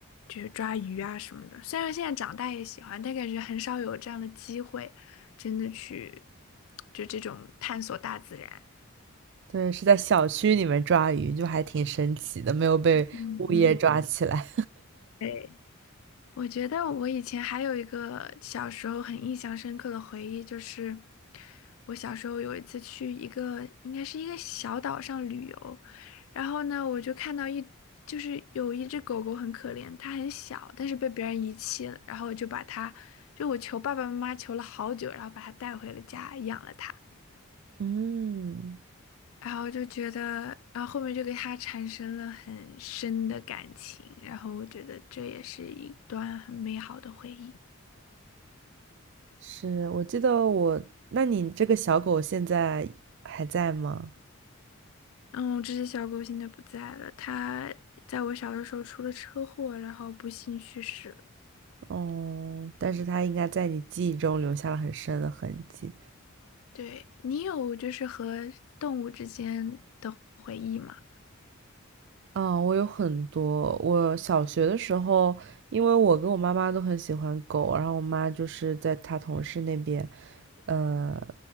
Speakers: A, on the left; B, on the right.
A: 就是抓鱼啊什么的。虽然现在长大也喜欢，但感觉很少有这样的机会，真的去就这种探索大自然。
B: 对，是在小区里面抓鱼，就还挺神奇的，没有被物业抓起来。
A: 嗯，对。我觉得我以前还有一个小时候很印象深刻的回忆，就是我小时候有一次去一个应该是一个小岛上旅游，然后呢，我就看到一就是有一只狗狗很可怜，它很小，但是被别人遗弃了，然后我就把它，就我求爸爸妈妈求了好久，然后把它带回了家，养了它。
B: 嗯，
A: 然后就觉得，然后后面就给它产生了很深的感情，然后我觉得这也是一段很美好的回忆。
B: 是，我记得我，那你这个小狗现在还在吗？
A: 嗯，这只小狗现在不在了，它在我小的时候出了车祸，然后不幸去世了。
B: 哦，但是它应该在你记忆中留下了很深的痕迹。
A: 对，你有就是和动物之间的回忆吗？
B: 啊，我有很多。我小学的时候，因为我跟我妈妈都很喜欢狗，然后我妈就是在她同事那边，呃，